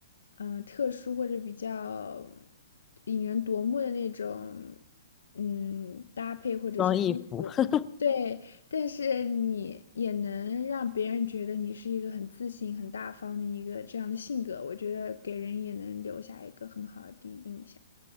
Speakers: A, on the left (about 80°); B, on the left (about 20°).
A: 嗯、呃特殊或者比较引人夺目的那种嗯搭配或者是衣服，
B: 装衣服。<laughs>
A: 对，但是你也能让别人觉得你是一个很自信、很大方的一个这样的性格，我觉得给人也能留下一个很好的第一印象。